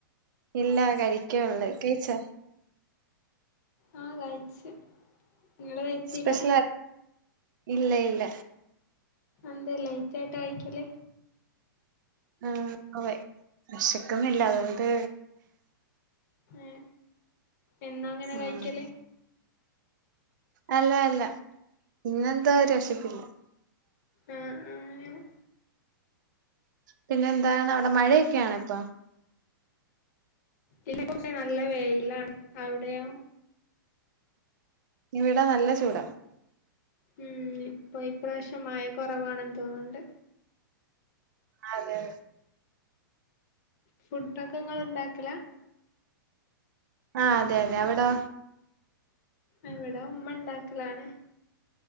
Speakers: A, on the right; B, on the left.
A: ഇല്ല കഴിക്കള്ള് കഴിച്ചാ
B: ആഹ് കഴിച്ച് നിങ്ങള് കഴിച്ചില്ല
A: സ്പെഷല ഇല്ല ഇല്ല
B: ന്താ ലൈറ്റ് ആയിട്ട് കയിക്കല്
A: ആ പ്പൊ വിശക്കുന്നില്ല അതോണ്ട്
B: ഏ എന്നാ അങ്ങനെ
A: ഉം
B: കഴിക്കല്
A: അല്ല അല്ല പിന്നെന്താ ഒരു വെശപ്പില്ല
B: ആ ആ അങ്ങനെ
A: പിന്നെ എന്താണ് അവിടെ മഴയൊക്കെയാണ് ഇപ്പൊ
B: ഇല്ല ച്ച നല്ല വെയിലാണ് അവിടെയോ
A: ഇവിടെ നല്ല ചൂടാ
B: ഉം ഇപ്പൊ ഇപ്രാവശ്യം മഴ കൊറവാണെന്ന് തോന്നണ്ട്
A: അതെ അതെ
B: ഫുഡൊക്കെ ഇങ്ങള് ണ്ടാക്കലാ
A: ആ അതെ അതെ അവിടോ
B: ഇവിടെ ഉമ്മ ഉണ്ടാക്കലാണ്